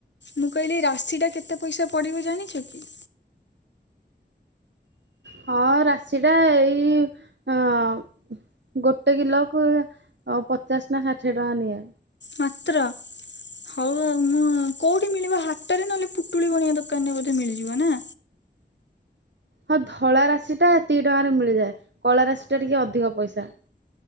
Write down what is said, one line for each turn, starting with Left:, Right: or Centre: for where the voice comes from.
Left: ମୁଁ କହିଲି ରାଶିଟା କେତେ ପଇସା ପଡ଼ିବ ଜାଣିଚ କି?
Right: ହଁ ରାଶି ଟା ଏଇ ଅଁ ଗୋଟେ କିଲୋକୁ ପଚାଶ ନା ଷାଠିଏ ଟଙ୍କା ନିଏ।
Left: ମାତ୍ର। ହଉ ଆଉ ମୁଁ କୋଉଠି ମିଳିବ ହାଟରେ ନହେଲେ ପୁଟୁଳି ବଣିଆ ଦୋକାନରେ ବୋଧେ ମିଳିଯିବ ନା।
Right: ହଁ ଧଳା ରାଶିଟା ଏତିିକି ଟଙ୍କାରେ ମିଳିଯାଏ କଳା ରାଶିଟା ଟିକେ ଅଧିକ ପଇସା।